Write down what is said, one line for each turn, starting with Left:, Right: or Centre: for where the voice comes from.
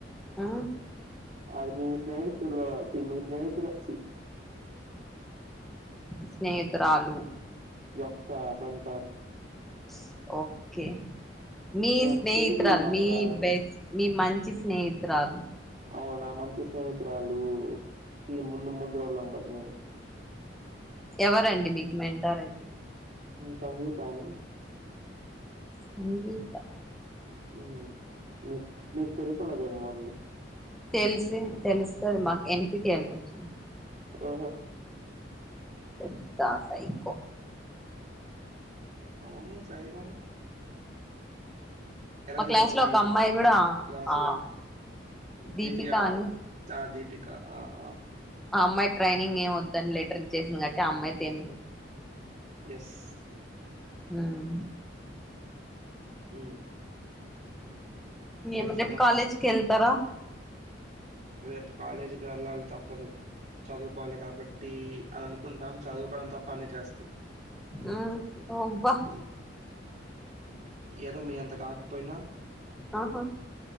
Centre: ఆ
Right: ఆది నీ స్నేహితులు చ్చి నీ స్నేహితుడచ్చి
Centre: స్నేహితురాలు
Right: యొక్క మెంటార్
Centre: స్ ఓకే మీ
Right: నీ అంత
Centre: స్నేహితురాలు
Right: తెలుగు మాకు
Centre: మీ
Right: రాదని
Centre: బెస్ మీ మంచి స్నేహితురాలు
Right: అవునా మంచి స్నేహితురాలు కి ముందు ముందు రూల్ నెంబర్ నేను
Centre: ఎవరండి మీకు మెంటారయితే
Right: సంగీతా అని
Centre: సంగీత
Right: ఉమ్ మీక్ మీకు తెలుసుండదేమో అండి
Centre: తెలిసిన్ తెలుస్తది మాకు ఎన్ పి టీ ఎల్ కొచ్చిండని
Right: ఓహో
Centre: పెద్దాక ఇకో
Right: అవును సైకొనే ఎలా
Centre: మా
Right: జరుగుతున్నాయి
Centre: క్లాస్ లో ఒక అమ్మాయి కూడా
Right: క్లాసులు
Centre: ఆ దీపిక
Right: దివ్యా
Centre: అని
Right: ఆ దీపిక ఆ అ
Centre: ఆ అమ్మాయి ట్రైనింగ్ ఏమొద్దని లెటర్ ఇచ్చేసింది గాబట్టి ఆ అమ్మాయి <unintelligible>
Right: ఎస్
Centre: ఉమ్
Right: ఉమ్
Centre: ఏమో
Right: సంగతి
Centre: రేప్ కాలెజ్కేల్తరా
Right: రేపు కాలేజీకి వెళ్ళాలి తప్పదు చదువుకోవాలి కాబట్టి అని అనుకుంటాం చదువుకోవడం తప్ప అన్నీ చేస్తాం
Centre: ఆ ఒబ్బా
Right: ఉమ్, ఏదో మీ అంత కాక పోయినా
Centre: ఆహా